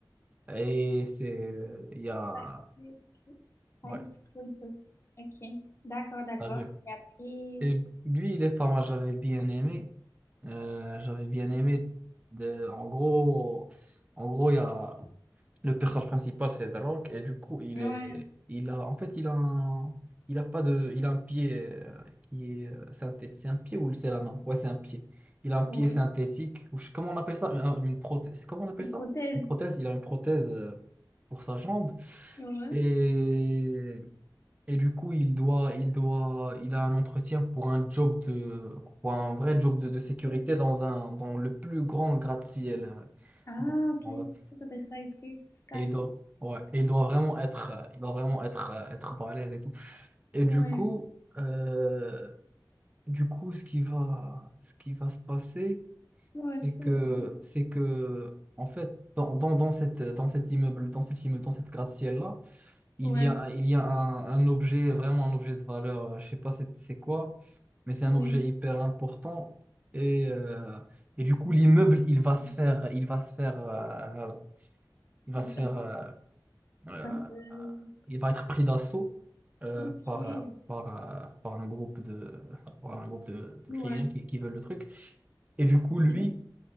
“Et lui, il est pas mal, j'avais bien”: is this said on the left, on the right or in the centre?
Right